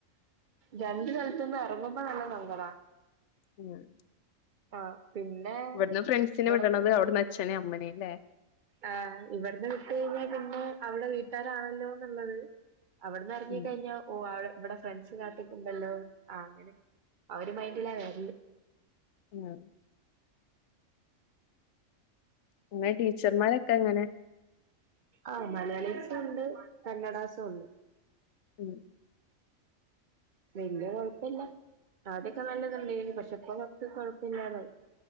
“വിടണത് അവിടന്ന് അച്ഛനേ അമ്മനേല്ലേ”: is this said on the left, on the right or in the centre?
Left